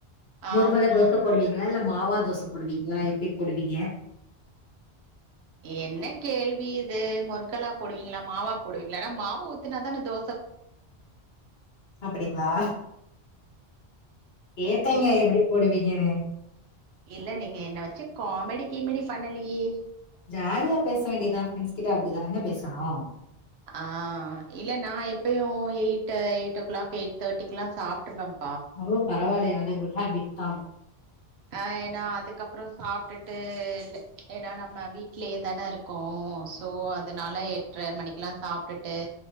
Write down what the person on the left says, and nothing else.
முருவல
தோச போடுவீங்ளா இல்ல மொ மாவா தோச போடுவீங்ளா எப்டி போடுவீங்க
அப்டிங்ளா கேட்டேங்க
எப்டி போடுவீங்கன்னு
ஜாலியா பேச வேண்டியதா ஃப்ரெண்ஸ் கிட்ட அப்புடிதானங்க பேசணு
ஓ பரவாயிலயே நல்ல குட் ஹேபிட் தாங்